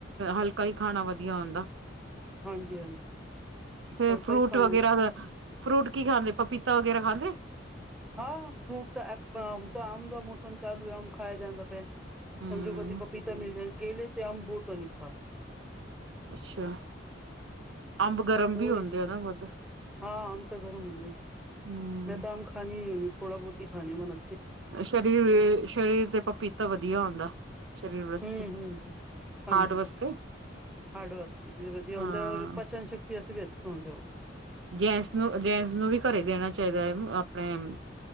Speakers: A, on the right (about 70°); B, in the centre.
A: ਹਲਕਾ ਹੀ ਖਾਣਾ ਵਧੀਆ ਹੁੰਦਾ।
B: ਹਾਂਜੀ ਹਾਂਜੀ
A: ਫੇ
B: ਹਲਕਾ
A: ਫਰੂਟ
B: ਹੀ ਖਾਣਾ
A: ਵਗੈਰਾ। ਫਰੂਟ ਕੀ ਖਾਂਦੇ ਪਪੀਤਾ ਵਗੈਰਾ ਖਾਂਦੇ।
B: ਹਾਂ ਫਰੂਟ ਤਾਂ ਹੁਣ ਤਾਂ ਆਮ ਦਾ ਮੌਸਮ ਚਾਲੂ ਹੈ ਆਮ ਖਾਇਆ ਜਾਦਾ ਪਏ।
A: ਹੂੰ।
B: ਸਮਝੋ ਕਦੀ ਪਪੀਤਾ ਮਿਲ ਕੇਲੇ ਤੇ ਅੰਬ ਅਨੁਸਾਰ
A: ਅੱਛਾ। ਅੰਬ ਗਰਮ ਵੀ
B: ਉਹੀ
A: ਹੁੰਦੇ ਆ ਨਾ ਵੱਧ।
B: ਹਾਂ ਅੰਬ ਤਾਂ ਗਰਮ ਹੁੰਦੇ
A: ਹੂੰ।
B: ਮੈਂ ਆਮ ਨ ਖਾਂਦੀ ਥੋੜਾ ਬਹੁਤ ਹੀ ਖਾਂਦੀ ਮਨਾ।
A: ਸਰੀਰ-ਸਰੀਰ ਤੇ ਪਪੀਤਾ ਵਧੀਆ ਹੁੰਦਾ। ਸਰੀਰ ਵਾਸਤੇ।
B: ਹਮ-ਹਮ ਹਾਂਜੀ।
A: ਹਾਰਟ ਵਾਸਤੇ
B: ਹਡ ਵਾਸਤੇ ਵੀ ਵਧੀਆ
A: ਹਾਂ
B: ਹੁੰਦੇ ਰ ਪਚਨ ਸ਼ਕਤੀ ਵਾਸੀਂ ਵੀ ਇੱਥੇ ਹੁੰਦੇ ਹੋ।
A: ਜੈਂਸ ਨੂੰ ਜੈਂਸ ਨੂੰ ਵੀ ਘਰੇ ਦੇਣਾ ਚਾਹੀਦਾਨੂੰ ਆਪਣੇ।